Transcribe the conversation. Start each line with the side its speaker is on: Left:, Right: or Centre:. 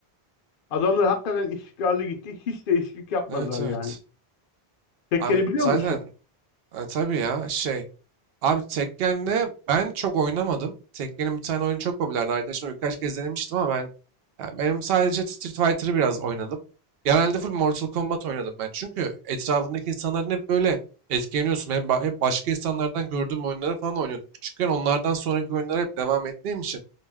Left: Adamlar hakikaten istikrarlı gitti. Hiç değişiklik yapmadılar
Right: Evet evet.
Left: yani. Tekken'i
Right: Abi
Left: biliyor
Right: zaten
Left: musun?
Right: e, tabii ya şey Abi Tekken'de ben çok oynamadım. Tekken'in bir tane oyunu çok popülerdi. Arkadaşımla birkaç kez denemiştim ama ben yani benim sadece Street Fighter'ı biraz oynadım. Genelde full Mortal Kombat oynadım ben. Çünkü etrafındaki insanların hep böyle etkileniyorsun. Hep, ba- hep başka insanlardan gördüğüm oyunları falan oynuyordum. Küçükken onlardan sonraki oyunlara hep devam ettiğim için